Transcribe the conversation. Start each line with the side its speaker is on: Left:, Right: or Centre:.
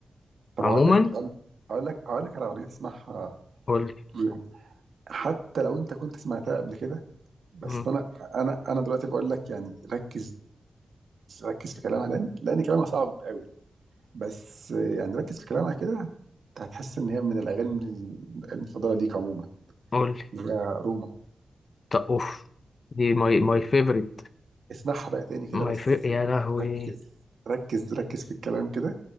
Right: طب
Left: عموما
Right: هقول لك هقول هقول لك هقول لك على أغنية تسمعها
Left: قولي
Right: ليهم حتى لو أنت كنت سمعتها قبل كده بس
Left: مم،
Right: أنا أنا أنا دلوقتي بقول لك يعني ركز ركز في كلامها لأن لأن كلامها صعب قوي بس يعني ركز في كلامها كده هت- هتحس ان هي من الاغاني المفضله ليك عموما
Left: قولي
Right: اللي هي روما
Left: طب أوف دي ماي ماي فيفورت
Right: اسمعها بقى تاني كده
Left: ما
Right: بس
Left: يفرق يا
Right: يعني
Left: لهوي
Right: ركز ركز ركز في الكلام كده